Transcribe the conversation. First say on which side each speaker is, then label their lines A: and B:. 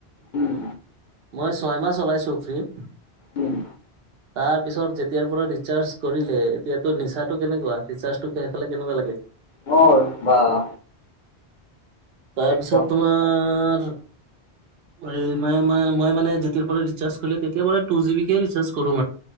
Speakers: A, on the left; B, on the right.
A: উম।
B: মই ছয় মাহ ওলাইছো ফ্ৰী তাত
A: উম,
B: তাৰ পিছত যেতিয়াৰ পৰা ৰিচাৰ্জ কৰিলে এতিয়াতো নিচাটো কেনেকুৱা ৰিচাৰ্জটো সে খালে কেনেকুৱা লাগে।
A: ম বা <unintelligible>
B: তাৰপিছত
A: একদম
B: তোমাৰ মই মতি যেতিয়াৰ পৰা ৰিচাৰ্ছ কৰো মানে টো জিবি কে ৰিচাৰ্ছ কৰো।